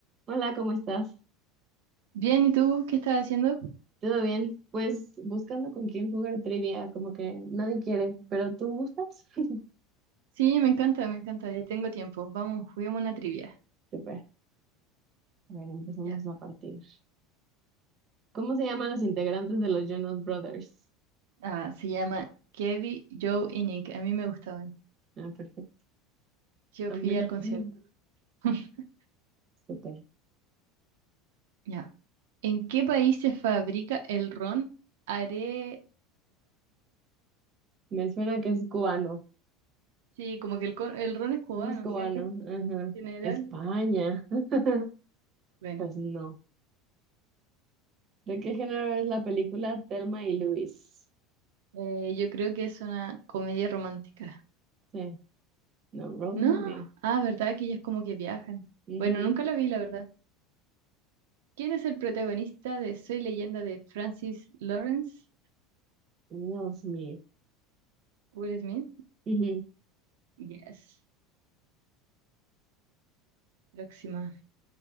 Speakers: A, on the right; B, on the right.
A: Hola, ¿cómo estás?
B: Bien, ¿y tú qué estás haciendo?
A: ¿Todo bien? Pues buscando con quién jugar trivia, como que nadie quiere, pero tú gustas. <laughs>
B: Sí, me encanta, me encanta, y tengo tiempo. Vamos, juguemos una trivia.
A: Super. A ver, empecemos
B: Ya.
A: la partida. ¿Cómo se llaman los integrantes de los Jonas Brothers?
B: Ah, se llama Kevin, Joe y Nick. A mí me gustaban.
A: Ah, perfecto.
B: Yo
A: También.
B: fui al concierto.
A: <laughs>
B: <laughs>
A: Super.
B: Ya. ¿En qué país se fabrica el ron Areucas?
A: Me suena que es cubano.
B: Sí, como que el, co- el ron es cubano,
A: No es cubano.
B: ¿cierto? En
A: Ajá.
B: general.
A: España. <laughs>
B: Bueno,
A: Pues no. ¿De qué género es la película Thelma y Luis?
B: eh, yo creo que es una comedia romántica.
A: Sí. No, Rose
B: No,
A: Movie.
B: ah, ¿verdad? Que ellas como que viajan.
A: Ujú.
B: Bueno, nunca la vi, la verdad. ¿Quién es el protagonista de Soy Leyenda de Francis Lawrence?
A: Will Smith.
B: Will Smith.
A: Ujú.
B: Yes. Próxima.